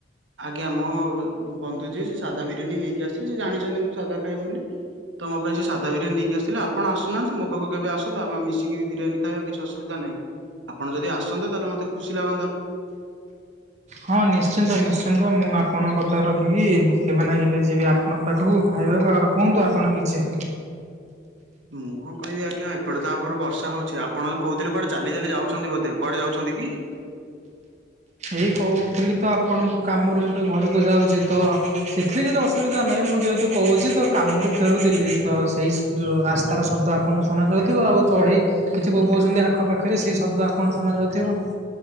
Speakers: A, on the right; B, on the right.
A: ଆଜ୍ଞା ମୋ ବନ୍ଧୁ ଯିଏ ସେ ସାଧା ବିରିୟାନୀ ନେଇକି ଆସିଥିଲେ ସେ ଜାଣିଛନ୍ତି ମୁଁ ସାଧା ଖାଏ ବୋଲି। ତ ମୋ ପାଇଁ ସେ ସାଧା ବିରିୟାନ ନେଇକି ଆସଥିଲେ ଆପଣ ଆସୁନାହାନ୍ତି ମୋ ପାଖ କେବେ ଆସନ୍ତ ଆମେ ମିଶିକି ବିରିୟାନି ଖାଇବା କିଛି ଅସୁବିଧା ନାହିଁ। ଆପଣ ଯଦି ଆସନ୍ତେ ତାହେଲେ ମତେ ଖୁସି ଲାଗନ୍ତା।
B: ହଁ ନିଶ୍ଚିନ୍ତ ନିଶ୍ଚିନ୍ତ ମୁଁ ଆପଣଙ୍କ କଥା ରଖିକି କେବେ ନା କେବେ ଯିବି ଆପଣ ପାଖକୁ ଖାଇବାକୁ ଆଉ କୁହନ୍ତୁ ଆପଣ କିଛି।
A: ମୁଁ କଣ କହିବି ଆଜ୍ଞା ଏପଟେ ତ ଆପର ବର୍ଷା ହଉଛି ଆପଣ ତ କହୁଥିଲେ କୁଆଡେ ଚାଲି ଚାଲି ଯାଉଛନ୍ତି ବୋଧେ କୁଆଡେ ଯାଉଛନ୍ତି କି?
B: ଏଇ କହୁଥିଲି ତ ଆପଣଙ୍କୁ କାମରୁ ଏବେ ଘରକୁ ଯାଉଛି ତ ସେଥିରେ କିଛି ଅସୁବିଧା ନାହିଁ ମୁଁ ଯେହେତୁ କହୁଛି ତ କାମରୁ ଫେରୁଥିଲି ତ ସ ସେଇ ରାସ୍ତାର ଶବ୍ଦ ଆପଣ ଶୁଣା ଯାଉଥିବ ଆଉ ଚଢ଼େଇ କିଛି ବୋବୋଉ ଚନ୍ତି ଆଖ ପାଖରେ ସେ ଶବ୍ଦ ଆପଣ ଶୁଣା ଯାଉଥିବ।